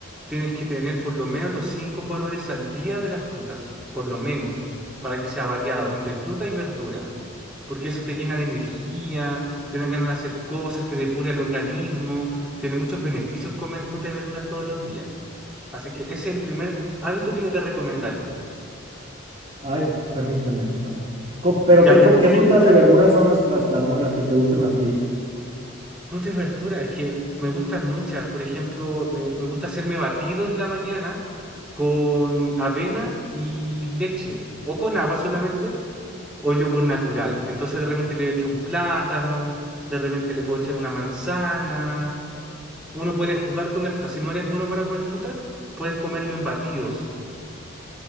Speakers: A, in the centre; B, on the right (about 30°).
A: tienes que tener por lo menos los cinco colores al día de las frutas, por lo menos, para que sea variado entre fruta y verdura, porque eso te llena de energía, te dan ganas de hacer cosas, te depura el organismo, tiene muchos beneficios comer fruta y verduras todos los días. Así que ese es el primer hábito que yo te recomendaría.
B: Ay, permíteme. no. Jo, Pero
A: Ya,
B: ¿qué,
A: pero
B: co- qué
A: ¿qué?
B: frutas de verduras son las, las, las buenas que te gustan a ti?
A: Frutas y verduras, es que me gustan muchas. Por ejemplo, me, me gusta hacerme batidos en la mañana con avena y leche, o con agua solamente, o yogur natural. Entonces de repente le echo un plátano, de repente le puedo echar una manzana. Uno puede jugar con la fruta. Si no eres bueno para comer fruta, puedes comerlo en batidos.